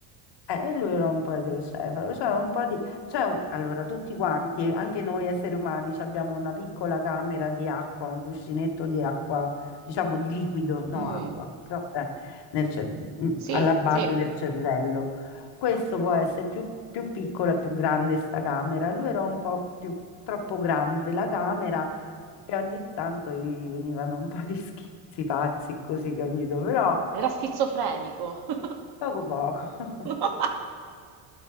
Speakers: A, on the left (about 55°); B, on the right (about 50°).
A: Eh, lui era un po' idrocefalo, cioè un po' di... cioè, un- allora, tutti quanti, anche noi esseri umani, ci abbiamo una piccola camera di acqua, un cuscinetto di acqua, diciamo di liquido, no
B: Mm,
A: acqua, però eh, nel cer- mm,
B: Sì,
A: alla base
B: sì.
A: del cervello. Questo può essere più, più piccolo e più grande sta camera. Lui era un po' più troppo grande la camera e ogni tanto gli venivano un po' di schizzi pazzi, così, capito? Però
B: Era schizofrenico. <laughs>
A: poco poco. <laughs>
B: No. <coughs>